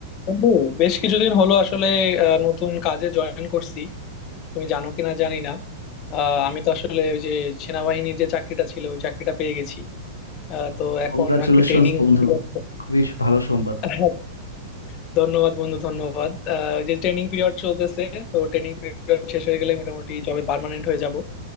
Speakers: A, on the left; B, on the left.
A: বন্ধু বেশ কিছুদিন হলো আসলে আহ, নতুন কাজে জয়েন করছি তুমি জানো কিনা জানি না আহ, আমি তো আসলে ওই যে সেনাবাহিনীর যে চাকরিটা ছিল ওই চাকরিটা পেয়ে গেছি আহ, তো এখন
B: Congratulations
A: আর কি ট্রেনিং
B: বন্ধু
A: পিরিয়ড
B: খুবই ভালো সংবাদ
A: <laughs> ধন্যবাদ বন্ধু ধন্যবাদ আহ, ওই যে ট্রেনিং পিরিয়ড চলতেছে তো ট্রেনিং পিরিয়ড শেষ হয়ে গেলে মোটামুটি জবে পার্মানেন্ট হয়ে যাব